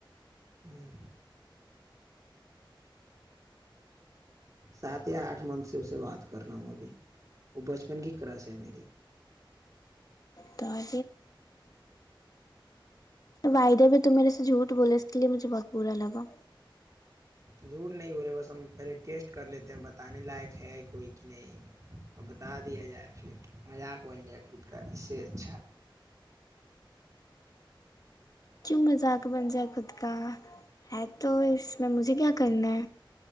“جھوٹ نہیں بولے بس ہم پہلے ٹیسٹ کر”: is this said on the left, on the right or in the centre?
Right